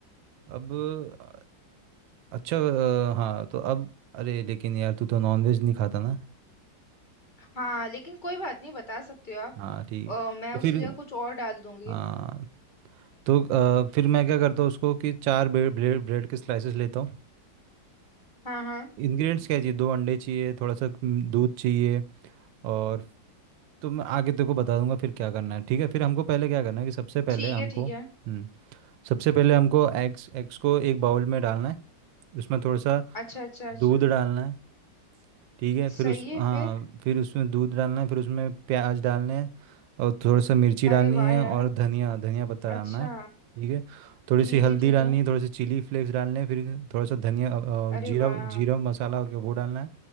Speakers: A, on the right; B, on the left.
A: अब अ, अच्छा अ, हाँ तो अब अरे लेकिन यार तू तो नॉनवेज नहीं खाता ना
B: हाँ लेकिन कोई बात नहीं बता सकते हो आप
A: हाँ ठीक है
B: अ, मैं
A: तो
B: उसकी
A: फिर
B: जगह कुछ और डाल दूंगी
A: हाँ तो अ, फिर मैं क्या करता हूँ उसको कि चार ब्रेड ब्रेड, ब्रेड के स्लाइसेस लेता हूँ
B: हाँ हाँ
A: इंग्रेडिएंट्स क्या चाहिए दो अंडे चाहिए थोड़ा सा हम्म, दूध चाहिए और तो मैं आगे तेरे को बता दूंगा फिर क्या करना है ठीक है फिर हमको पहले क्या करना है कि सबसे पहले
B: ठीक
A: हमको
B: है ठीक है
A: हम्म सबसे पहले हमको एग्स एग्स को एक बाउल में डालना है उसमें थोड़ा सा
B: अच्छा अच्छा अच्छा
A: दूध डालना है ठीक है
B: सही
A: फिर उस
B: है
A: हाँ
B: फिर
A: फिर उसमें दूध डालना है फिर उसमें प्याज डालने हैं और थोड़ा सा मिर्ची
B: अरे
A: डालनी
B: वाह
A: है
B: यार
A: और धनिया धनिया पत्ता डालना
B: अच्छा
A: है ठीक है थोड़ी
B: ठीक
A: सी हल्दी
B: है ठीक
A: डालनी
B: है
A: है थोड़े से चिली फ्लेक्स डालने हैं फिर थोड़ा सा धनिया अ, अ,
B: अरे
A: जीरा
B: वाह
A: जीरा मसाला हो गया वो डालना है